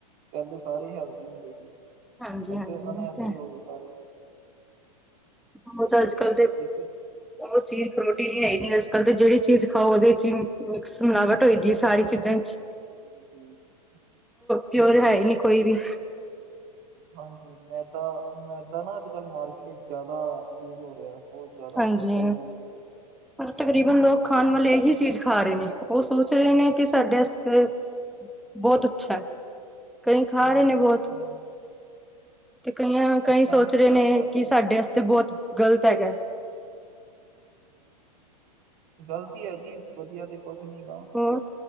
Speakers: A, on the right; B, in the centre.
A: ਪਹਿਲੇ ਸਾਰੇ ਹੈਲਦੀ ਹੁੰਦੇ ਸੀ।
B: ਹਾਂਜੀ-ਹਾਂਜੀ
A: ਹੁਣ ਤੇ
B: ਉਹ
A: ਅਨਹੈਲਦੀ
B: ਹੈ
A: ਹੋ ਗਏ ਸਾਰੇ?
B: ਬਹੁਤ ਅੱਜ ਕੱਲ੍ਹ ਦੇ
A: ਇਸ
B: ਉਹ ਚੀਜ਼ ਪ੍ਰੋਟੀਨ ਨੀ ਹੈਗੀ ਅੱਜਕਲ ਤੇ, ਜਿਹੜੀ ਚੀਜ਼ ਖਾਓ ਉਹਦੇ ਚ ਮਿਕਸ ਮਿਲਾਵਟ ਹੋਈ ਦੇ ਸਾਰੀ ਚੀਜ਼ ਥੈਂ <unintelligible>
A: ਠ ਠੀਠ
B: ਪਿਓਰ
A: ਹਮ
B: ਹੈ
A: <inaudible>
B: ਹੀ ਨਹੀਂ ਕੋਈ ਨਹੀਂ
A: ਹਾਂਜੀ, ਮੈਦਾ, ਮੈਦਾ ਨਾ ਅੱਜ ਕੱਲ ਮਾਰਕੀਟ ਵਿੱਚ ਜ਼ਿਆਦਾ ਯੂਜ ਹੋ ਰਿਹਾ। ਬਹੁਤ ਜ਼ਿਆਦਾ
B: ਹਾਂਜੀ,
A: ਮੈਦਾ ਹੀ ਯੂਜ਼ ਹੋ ਰਿਹਾ।
B: ਪਰ ਤਕਰੀਬਨ
A: ਜੀ,
B: ਲੋਕ
A: ਜੀ।
B: ਖਾਨ ਵਾਲੇ ਇਹੀ ਚੀਜ਼ ਖਾ ਰਏ ਨੇ। ਉਹ ਸੋਚ ਰਹੇ ਨੇ ਕਿ, ਸਾਡੇ ਏਤੇ ਬਹੁਤ ਅੱਛਾ ਐ। ਕਈ ਖਾ
A: ਨਹੀਂ
B: ਰਏ ਨੇ।
A: ਪਰ
B: ਬਹੁਤ
A: ਅੱਛਾ
B: ਤੇ ਕਈਆਂ ਕਈ
A: ਅੱਛਾ
B: ਸੋਚ
A: ਨਹੀਂ
B: ਰਹੇ
A: ਹੈਗਾ,
B: ਨੇ,
A: ਹੈਲਥ
B: ਕਿ
A: ਇਸ਼ੂ
B: ਸਾਡੇ
A: ਹੋ
B: ਆਸਤੇ
A: ਜਾਂਦੇ
B: ਬਹੁਤ
A: ਨੇ।
B: ਗ਼ਲਤ ਹੈਗੈ
A: ਗਲਤੀ ਹੈ ਜੀ, ਵਧੀਆ ਤੇ ਕੁਛ ਨੀ ਗਾ
B: ਹੋਰ